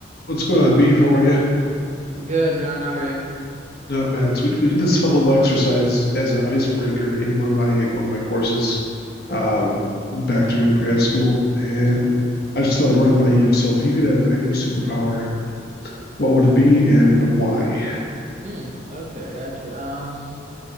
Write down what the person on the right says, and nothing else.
Good, John. How are you?
Mhm.
Mm, okay, I got you. Um,